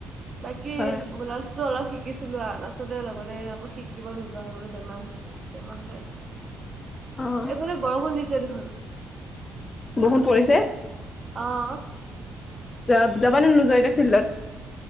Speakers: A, on the right (about 40°); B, on the left (about 35°).
A: বাকী
B: হয়।
A: ব্লাউজ টো অলপ শিকিছিলো আৰু তাছতে লগতে আকৌ শিকিব নোযোৱা হৈ গলো বেমাৰ আহি গ'ল। বেমাৰ হলে
B: অ',
A: এইফালে বৰষুণ দিছে দেখোন।
B: বৰষুণ পৰিছে
A: অ
B: যা যাবা নে নোযোৱা এতিয়া ফিল্ডত